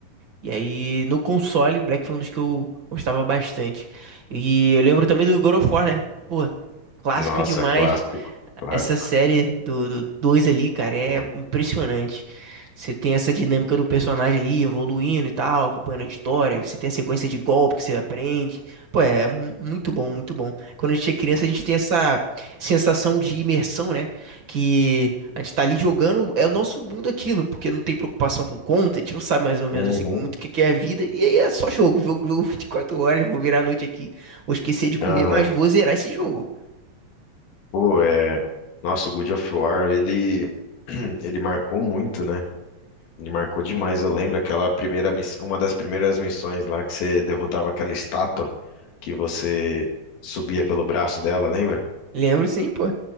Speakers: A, on the right; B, on the left.
A: E aí, no console, Black foi um dos que eu gostava bastante. E eu lembro também do God of War, né? Pô, clássico
B: Nossa,
A: demais.
B: clássico, clássico.
A: Essa série do, do dois ali, cara, é
B: mano.
A: impressionante. Você tem essa dinâmica do personagem ali evoluindo e tal, acompanhando a história. Você tem a sequência de golpe que você aprende. Pô, é mu- muito bom, muito bom. Quando a gente é criança, a gente tem essa sensação de imersão, né? Que a gente tá ali jogando, é o nosso mundo aquilo, porque não tem preocupação com conta, a gente não sabe mais ou menos
B: Uhum,
A: assim muito o que que é a vida. E aí é só jogo, jogo, jogo <laughs> 24 horas. Vou virar a noite aqui, vou esquecer de comer,
B: aham.
A: mas vou zerar esse jogo.
B: Pô, é. Nossa, o God of War, ele, <clears throat> ele marcou muito, né? Me marcou demais. Eu lembro aquela primeira miss... uma das primeiras missões lá que você derrotava aquela estátua que você subia pelo braço dela, lembra?
A: Lembro sim, pô.